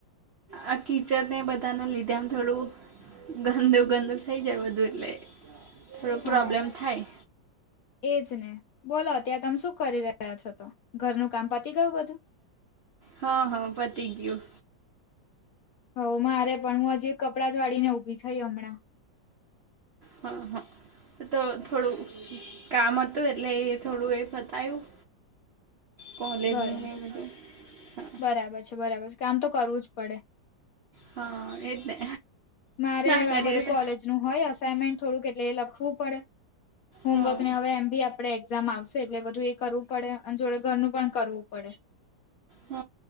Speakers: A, on the right; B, on the left.
A: આ કીચડને બધાને લીધે આમ થોડું ગંદુ ગંદુ થઇ જાય બધું એટલે થોડો
B: હા
A: પ્રોબ્લેમ થાય.
B: એજ ને. બોલો અત્યારે તમે શું કરી રહ્યા છો તો? ઘરનું કામ પતી ગયું બધું? <inaudible>
A: હહ હહ પતી ગયું
B: હોવ મારે પણ. હું હજી કપડાં જ વાળીને ઊભી થઈ હમણાં.
A: હહ હહ ઈ તો થોડું કામ હતું એટલે એ થોડું એ પતાયું. કોલેજનું
B: બરાબર.
A: ને એ બધું હા
B: બરાબર છે બરાબર છે કામ તો કરવું જ પડે.
A: હહ એજ ને.
B: મારે
A: ના કરીએ
B: આ બધું
A: તો
B: કોલેજનું હોય અસાઈનમેન્ટ થોડુંક એટલે એ લખવું પડે. હોમવર્કને
A: હા
B: હવે એમ બી આપડે એક્ઝામ આવશે એટલે બધું એ કરવું પડે. અન જોડે ઘરનું પણ કરવું પડે.
A: હહ